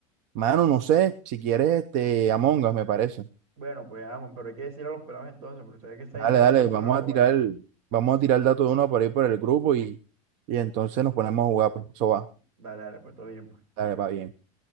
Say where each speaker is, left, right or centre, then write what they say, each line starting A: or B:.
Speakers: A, on the right; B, on the right.
A: Mano, no sé, si quieres, este, Among Us, me parece.
B: Bueno, pues, vamos, pero hay que decir a los pelados entonces, porque sabes que esa
A: Dale,
B: vaina de
A: dale,
B: dos personas
A: vamos
B: no
A: a
B: aguanta.
A: tirar el, vamos a tirar el dato de uno por ahí por el grupo y, y entonces nos ponemos a jugar, pues, eso va,
B: Dale, dale, pues todo bien, pues.
A: dale, va bien.